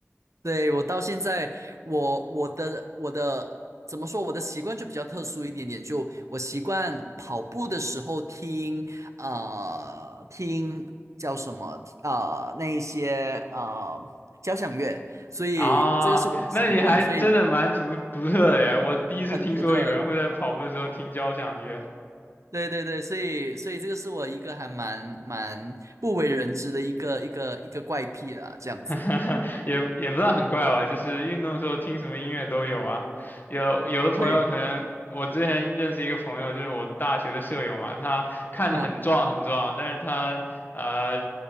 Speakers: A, on the right; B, on the left.
A: 对，我到现在，我我的我的怎么说？我的习惯就比较特殊一点点，就我习惯跑步的时候听呃听叫什么啊？那一些呃交响乐，所以这个是我的习惯，
B: 啊，那你还真的蛮独独特的呀！
A: 所以
B: 我第一次听说有人会在跑步的时候听交响乐。
A: 很独特。对对对，所以所以这个是我一个还蛮蛮不为人知的一个一个一个怪癖啦，这样子。
B: <laughs> 也也不算很怪吧，就是运动的时候听什么音乐都有啊。有有的朋友可能，
A: 对，
B: 我之前认识一个朋友，就是我大学的舍友嘛，他看着很壮很壮，
A: 嗯，
B: 但是他呃